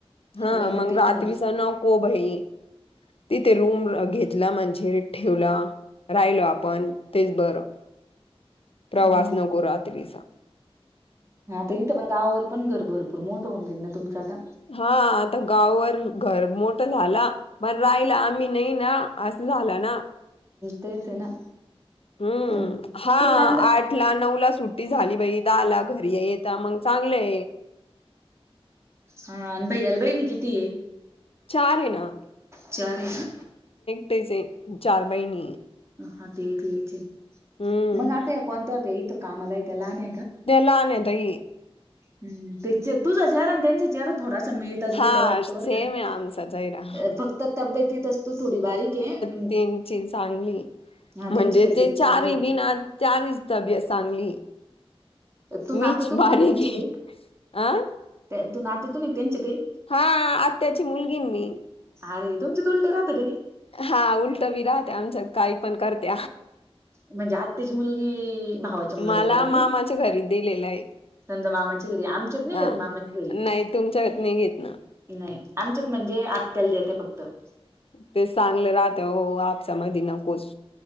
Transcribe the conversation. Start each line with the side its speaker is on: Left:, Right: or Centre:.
Left: हा
Right: नाही ना
Left: मग
Right: ते
Left: रात्रीचा
Right: तर आहेच
Left: नको भई तिथे रूम घेतला म्हणजे ठेवला राहिलो आपण तेच बरं प्रवास
Right: ह मग
Left: नको रात्रीचा
Right: तर इथ पण गावावर पण घर भरपूर मोठं होऊ जाईल ना तुमं आता
Left: हा आता गाववर घर मोठं झाला पण राहिला आम्ही नाही ना अस झालं ना
Right: तेच ना
Left: हम्म
Right: अन
Left: हा
Right: तुला नंद
Left: आठ ला नऊ ला सुट्टी झाली बा दला घरी येत मग चांगलंय
Right: हा अनभई अलबाईणी किती आहे
Left: चार आहे ना
Right: चार ना
Left: टेचे चार बहिणी
Right: का हा ते एकऐ लचे
Left: हम्म
Right: मग आता कोणत्या होत इथं कामाला य लहान
Left: नलाने तई
Right: हम तुझा चेहरा आणि त्यांचा चेहरा थोडा मिळता
Left: हा
Right: जुता वाटतो
Left: सेम
Right: बर का
Left: आहे आमचा चेहरा
Right: फक्त तब्येतेत असतो थोडी बारीक आहे
Left: तनची चांगली
Right: हा
Left: म्हणजे
Right: त्यांची तब्येत
Left: ते
Right: चांगली
Left: चार
Right: आहे.
Left: बिन चारचभ चांगली
Right: तू नाते
Left: मीच
Right: तूक
Left: बारीक
Right: नाही त्यांचे काही
Left: अं
Right: त्या- तू नातेतो नाही त्यांच्या काही
Left: हा आ त्याची मुलगी मी
Right: अरे तुमं दुलटं राहं का नाही
Left: हा उलट बी राहते आमच्या काही पण करते
Right: म्हणजे आत्ताची मुलगी भावाच्या मुलाला
Left: मला
Right: देतात
Left: मामाच्या
Right: ना
Left: घरी दिलेलं आहे
Right: समजा मामाचीगिरी आमच्यात नाहीतेत
Left: हा
Right: मामाचीगरी
Left: नाही तुमच्यात नाही घेत ना
Right: नाही आमच्यात म्हणजे आत्याला देते फक्त <inaudible>
Left: ते चांगले राहत हो आपच्या मध नकोच